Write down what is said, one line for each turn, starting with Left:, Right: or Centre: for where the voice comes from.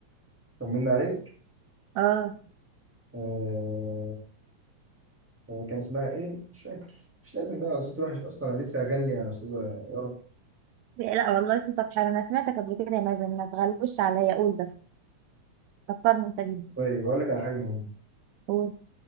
Centre: طمنا عليك
Right: اه
Centre: آه... آه، كان اسمها ايه مش فاكر مش لازم بقى صوت وحش اصلا انا لسه هغني يا استاذه يا رب
Right: لا والله صوتك حلو انا سمعتك قبل كده يا مازن ما تغلوش عليا قول بس فكرني انت بيها
Centre: طيب اقول لك على حاجه مهمه
Right: قول